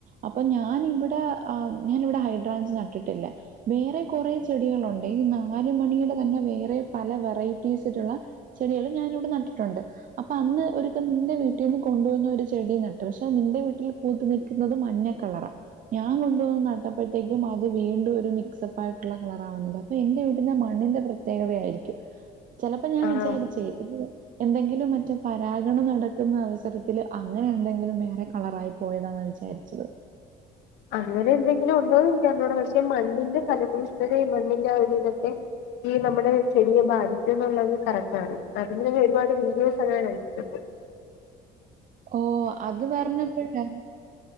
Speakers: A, on the right; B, on the left.
A: അപ്പ ഞാനിവടെ ആ ഞാനിവടെ ഹൈഡ്രാഞ്ചി നാട്ടിട്ടില്ല വേറെ കൊ റോ ചെടികളോണ്ടേ ഈ നാല് മണിയുടെ തന്നെ വേറെ പല വെറൈറ്റീസിലുള്ള ചെടികള് ഞാനിവിടെ നട്ടിട്ടൊണ്ട് അപ്പ അന്ന് ഒരുസം നിന്റെ വീട്ടിന്ന് കൊണ്ടു വന്നൊരു ചെടി നട്ട് പഷെ നിന്റെ വീട്ടിൽ പൂത്ത് നിക്കുന്നത് മഞ്ഞ കളറാ. ഞാൻ കൊണ്ട് വന്ന് നട്ടപ്പഴ്ത്തേക്കും അത് വീണ്ടും ഒരു മിക്സപ്പായിട്ടുള്ള കളറാ ആവുന്നത് അപ്പ എന്റെ വീടിന്റെ മ ണ്ണിന്റെ പ്രത്യേകതയായിരിക്കും ചെലപ്പോ ഞാൻ
B: ആഹ്
A: വിചാരിച്ച് എന്തെങ്കിലും മറ്റ് പരാഗണം നടക്കുന്ന അവസരത്തില് അങ്ങനെ എന്തെങ്കിലും വേറെ കളറായി പോ പോയതാന്നാ വിചാരിച്ചത്.
B: അങ്ങനെ എന്തെങ്കിലും ഉണ്ടോനെനിക്കറിഞ്ഞൂടാ പക്ഷെ മണ്ണിന്റെ ഫലഭൂഷ്ടതയെ മണ്ണിന്റെ ആ ഒരു വിധത്തെ ഈ നമ്മടെ ചെടിയെ ബാധിക്കന്നുള്ളത് കറക്റ്റ് ആണ് അതിന്റന്നെ ഒരുപാട് വീഡിയോസ് ഞാൻ <unintelligible>
A: ഓ അത് പറഞ്ഞപ്പഴ